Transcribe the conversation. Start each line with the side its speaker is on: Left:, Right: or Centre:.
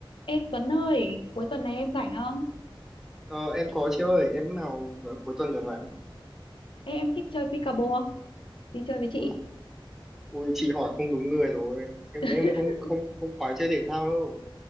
Left: Ê Tuấn ơi, cuối tuần này em rảnh không?
Centre: Ờ, em có chị ơi, em lúc nào vào cuối tuần rồi bạn?
Left: Ê em thích chơi pickleball không? Đi chơi với chị.
Centre: Ui, ui chị hỏi không đúng người rồi. Em
Left: <laughs>
Centre: em không không không khoái chơi thể thao đâu.